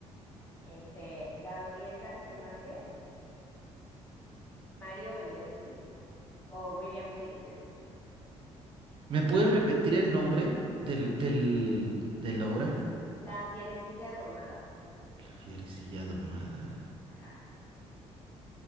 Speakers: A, on the left; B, on the right.
A: este, Gabriel García Márquez, Mario Benedetti o William Shakespeare.
B: ¿Me puedes repetir el nombre del, del, de la obra?
A: La fierecilla domada.
B: La fierecilla domada.
A: Ajá.